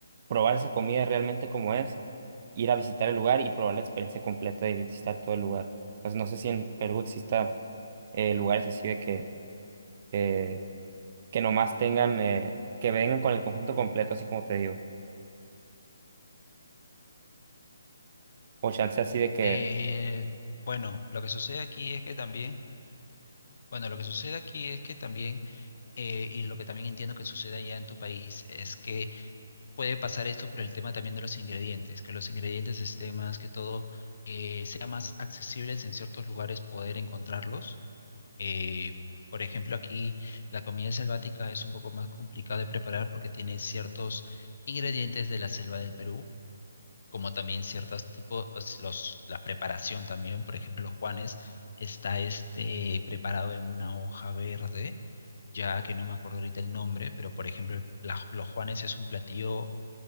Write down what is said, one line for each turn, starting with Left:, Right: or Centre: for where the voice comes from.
Right: probar esa comida realmente como es, ir a visitar el lugar y probar la experiencia completa de visitar todo el lugar. Pues no sé si en Perú exista eh, lugares así de que eh, que nomás tengan, eh, que vengan con el conjunto completo, así como te digo. O chance así de que,
Left: Eh, bueno, lo que sucede aquí es que también, bueno, lo que sucede aquí es que también, eh, y lo que también entiendo que sucede allá en tu país, es que puede pasar esto por el tema también de los ingredientes, que los ingredientes estén más que todo, eh, sea más accesibles en ciertos lugares poder encontrarlos Eh, por ejemplo, aquí la comida selvática es un poco más complicada de preparar porque tiene ciertos ingredientes de la selva del Perú, como también ciertos tipos, los, la preparación también, por ejemplo, los Juanes está este preparado en una hoja verde, ya que no me acuerdo ahorita el nombre, pero por ejemplo, la- los Juanes es un platillo